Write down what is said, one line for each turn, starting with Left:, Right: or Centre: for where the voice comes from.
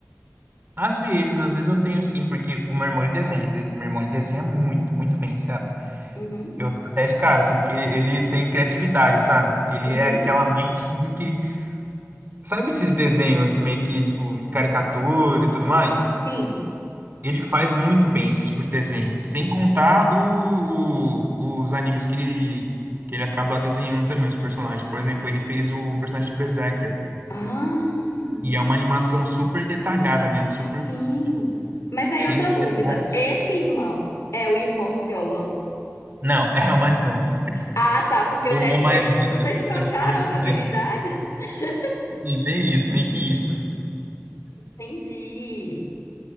Right: às vezes, às vezes eu tenho sim, porque o meu irmão ele desenha. de- Meu irmão ele desenha muito, muito bem, sabe?
Left: Uhum.
Right: Eu fico até de cara, assim, porque ele tem criatividade, sabe? Ele
Left: Uhum.
Right: é aquela mente, assim, que... Sabe esses desenhos meio que, tipo, caricatura e tudo mais?
Left: Sim.
Right: Ele faz muito bem esse tipo de desenho. Sem contar o, o- os animes que ele, que ele acaba desenhando também, os personagens. Por exemplo, ele fez o personagem de Berserker.
Left: Ah,
Right: E é uma animação super detalhada, né? Super,
Left: sim.
Right: tipo,
Left: Mas aí
Right: cheio
Left: outra
Right: de
Left: dúvida.
Right: detalhes.
Left: Esse irmão é o irmão do violão?
Right: Não, <laughs> é o mais novo.
Left: Ah, tá, porque eu
Right: O
Left: já
Right: irmão
Left: ia dizer
Right: mais velho.
Left: que vocês trocaram
Right: Somos
Left: as
Right: em
Left: habilidades?
Right: três.
Left: <laughs>
Right: E bem isso, meio que isso.
Left: Entendi.